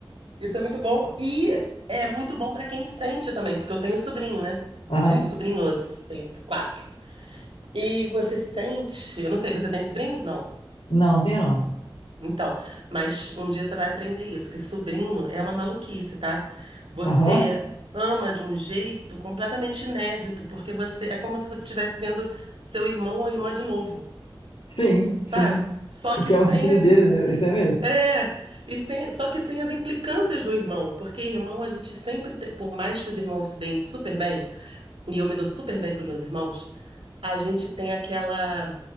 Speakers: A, on the right; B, on the left.
A: Isso é muito bom e é muito bom para quem sente também, porque eu tenho sobrinho, né?
B: Aham.
A: Tenho sobrinhos, tenho quatro. E você sente, eu não sei, você tem sobrinho? Não.
B: Não, não tenho não.
A: Então, mas um dia você vai aprender isso, que sobrinho é uma maluquice, tá? Você
B: Aham.
A: ama de um jeito completamente inédito, porque você é como se você estivesse vendo seu irmão ou irmã de novo.
B: Sim,
A: sabe?
B: sim.
A: Só
B: Porque
A: que sem
B: é o filho
A: as
B: dele,
A: im-
B: né?
A: e-
B: Isso é mesmo.
A: é, e sem, só que sem as implicâncias do irmão, porque irmão a gente sempre tem, por mais que os irmãos se deem super bem, e eu me dou super bem com os meus irmãos, a gente tem aquela